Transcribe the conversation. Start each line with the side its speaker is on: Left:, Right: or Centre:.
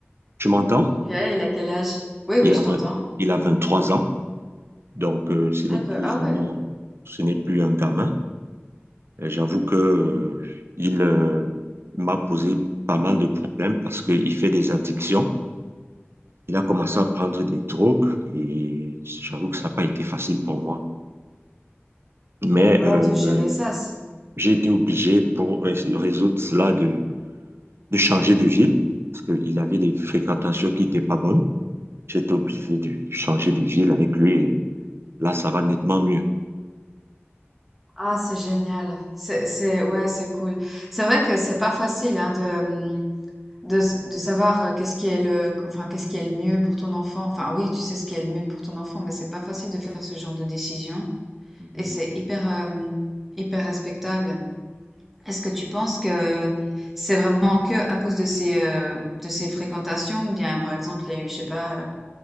Right: Tu m'entends?
Centre: Ok, il a quel âge? Oui,
Right: Il
Centre: oui, je
Right: a,
Centre: t'entends.
Right: vingt- il a 23 ans, donc euh, ce n'est
Centre: Ah, que-
Right: plus
Centre: ah
Right: vraiment,
Centre: ouais.
Right: ce n'est plus un gamin. Euh, J'avoue que euh, il euh, m'a posé pas mal de problèmes parce qu'il fait des addictions. Il a commencé à prendre des drogues et j'avoue que ça n'a pas été facile pour moi. Mais
Centre: Ouais,
Right: euh,
Centre: de gérer ça. c'est-
Right: j'ai été obligé pour rés- résoudre cela de, de changer de ville parce qu'il avait des fréquentations qui n'étaient pas bonnes. J'étais obligé de, de changer de ville avec lui et Là, ça va nettement mieux.
Centre: Ah, c'est génial. C'est, c'est, ouais, c'est cool. C'est vrai que c'est pas facile, hein, de, hum, de, s- de savoir euh, qu'est-ce qui est le, enfin, qu'est-ce qui est le mieux pour ton enfant. Enfin, oui, tu sais ce qui est le mieux pour ton enfant, mais c'est pas facile de faire ce genre de décision.
Right: Mhm.
Centre: Et c'est hyper, hum, hyper respectable. Est-ce que tu penses que c'est vraiment que à cause de ces, euh, de ces fréquentations, ou bien, par exemple, il y a eu, je sais pas,